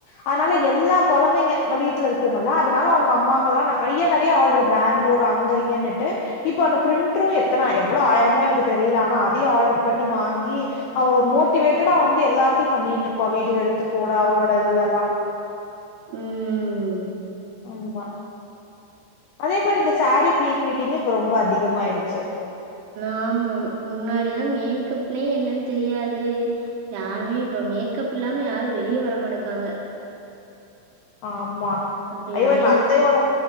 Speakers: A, on the left; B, on the right.
A: அதனால எல்லா கொழந்தைங்க இங்க வீட்ல இருக்குங்கல்லா அதனால அவங்க அம்மாங்கல்லா நெறைய நெறைய ஆட்ரு பேங்ளூர் அங்க இங்கனுட்டு இப்ப அந்த பிரிண்ட்ரு எத்தன எவ்ளோ ஆயிரமோ எனக்கு தெரில ஆனா அதயு ஆட்ரு பண்ணி வாங்கி அவ ஒரு மோட்டிவேட்டடா வந்து எல்லாத்தியு பண்ணிட்ருப்பா வீடியோ எடுத்து போட அவளோட இதுல எல்லா
B: ம்
A: ஆமா அதே மாரி இந்த சாரீ பிளீ பீட்டிங்கு இப்ப ரொம்ப அதிகமாயிடுச்சு
B: ஆமா முன்னாடினா மேக்கப்னே என்னன்னு தெரியாது யாருமே இப்ப மேக்கப் இல்லாம யாரு வெளிய வரமாட்டிக்காங்க
A: ஆமா
B: அப்டி
A: ஐயோ
B: ஆயிருச்சு.
A: எங்க அத்தையோட